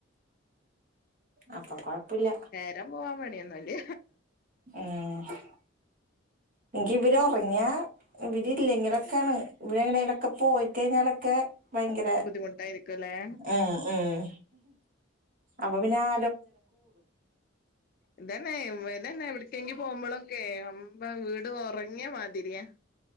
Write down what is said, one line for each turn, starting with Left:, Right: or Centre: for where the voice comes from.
Right: അപ്പൊ കൊഴപ്പല്ല
Left: നേരം പോവാൻ പണിയോന്നുല്ല.
Right: ഉം എനിക്കിവരൊർങ്ങ്യാ ഇവരില്ലെങ്കിലൊക്കെണ് ഇവരെ ങ്ങടെലൊക്കെ പോയിക്കഴിഞ്ഞാലെക്കെ ഭയങ്കര
Left: ബുദ്ധിമുട്ടായിരിക്കുംല്ലേ
Right: ഉം ഉം അപ്പൊ പിന്നെ ആ
Left: ഇതെന്നെ ഇവതെന്നെ എവ്ട്ക്കെങ്കി പോവുമ്പളൊ ക്കെ <unintelligible> വീട് ഓർങ്ങ്യെ മാതിര്യാ.